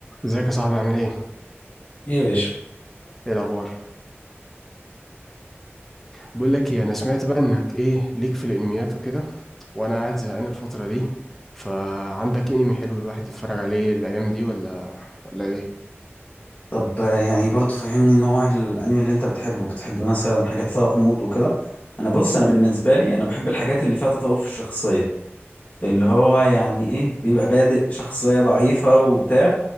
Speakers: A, in the centre; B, on the left.
A: ازيك يا صاحبي عامل ايه؟
B: ايه يا باشا
A: ايه الاخبار؟ بقول لك ايه انا سمعت بقى انك ايه ليك في الانميات وكده وانا قاعد زهقان الفترة دي فعندك انمي حلو الواحد يتفرج عليه الايام دي ولا ولا ايه؟
B: طب آه، يعني برضو فهمني نوع الانمي اللي انت بتحبه بتحب مثلا حاجات فيها غموض وكده انا بص انا بالنسبه لي انا بحب الحاجات اللي فيها تطور في الشخصيه اللي هو يعني ايه بيبقى بادئ شخصيه ضعيفه وبتاع